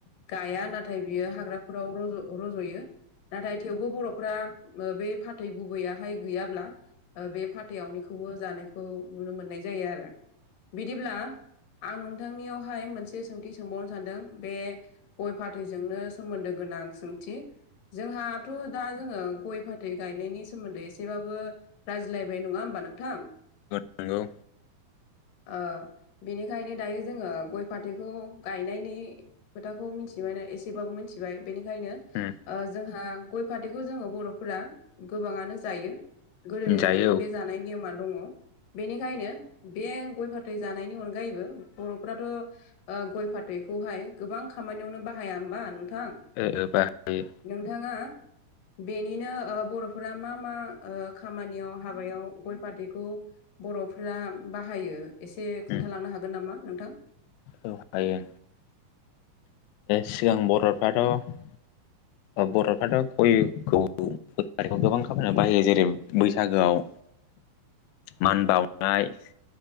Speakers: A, on the left; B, on the left.
A: गाया नाथाय बियो हाग्राफोराव रज' रज'यो नाथाय थेवबो बर'फ्रा बे फाथै गुबैयाहाय गैयाब्ला बे फाथैआवनिखौबो जानायखौ नुनो मोननाय जायो आरो बिदिब्ला आं नोंथांनियावहाय मोनसे सोंथि सोंबावनो सानदों बे गय फाथैजोंनो सोमोन्दो गोनां सोंथि जोंहा <unintelligible> दा जोङो गय फाथै गायनायनि सोमोन्दै एसेबाबो रायज्लायबाय नङा होमबा नोंथां?
B: नोंगौ
A: ओ बेनिखायनो दायो जोङो गय फाथैखौ गायनायनि खोथाखौ मिथिबायना एसेबाबो मिथिबाय बेनिखायनो
B: उम।
A: ओ जोंहा गय फाथैखौ जोङो बर'फोरा गोबाङानो जायो। गोदोनिफ्रायनो
B: जायो औ
A: बे जानाय नियमा दङ बेनिखायनो बे गय फाथै जानायनि अन जबो बर'फथ' ओ गय फाथैखौहाय गोबां खामानियावनो बाहाया होमबा नोंथां।
B: ओ ओ बाहायो।
A: नोंथाङा बेनिनो ओ बर'फोरा मा मा खामानियाव हाबायाव गय फाथैखौ बर'फोरा बाहायो एसे खोन्थालांनो
B: औ
A: हागोन नामा नोंथां?
B: हायो। सिगां बर'फ्राथ' बर'फ्राथ' गयखौ गय फाथैखौ गोबां खामाययाव बाहायो जेरै बैसागोआव
A: <inaudible>
B: मान बावनाय